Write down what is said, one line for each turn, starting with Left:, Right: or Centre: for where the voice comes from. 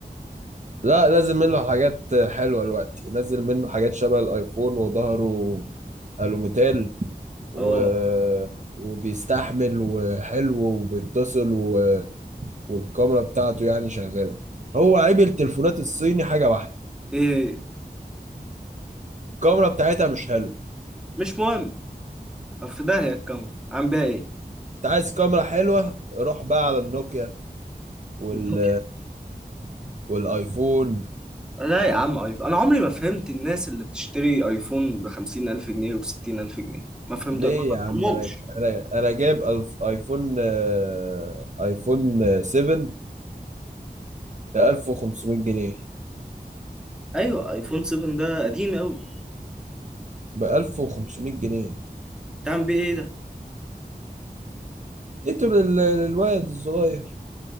Right: لا لازم منه حاجات حلوة الوقت نزل منه حاجات شبه الايفون وظهره الوميتال و...
Centre: اه
Right: وبيستحمل وحلو وبيتصل و... والكاميرا بتاعته يعني شغالة هو عيب التليفونات الصيني حاجة واحدة
Centre: ايه هي
Right: الكاميرا بتاعتها مش حلوة
Centre: مش مهم في داهية الكاميرا عم بيها ايه
Right: انت عايز كاميرا حلوة روح بقى على النوكيا وال...
Centre: النوكيا
Right: والايفون
Centre: لا يا عم آيفون. انا عمري ما فهمت الناس اللي بتشتري ايفون بخمسين الف جنيه وبستين الف جنيه ما فهمت
Right: ليه
Centre: ما
Right: يا عم
Centre: فهمهمش
Right: انا انا انا جايب ألف ايفون آه، ايفون آه، 7 ب 1500 جنيه
Centre: ايوه ايفون 7 ده قديم قوي
Right: ب 1500 جنيه
Centre: تعمل بيه ايه ده
Right: اديته لل- للواد الصغير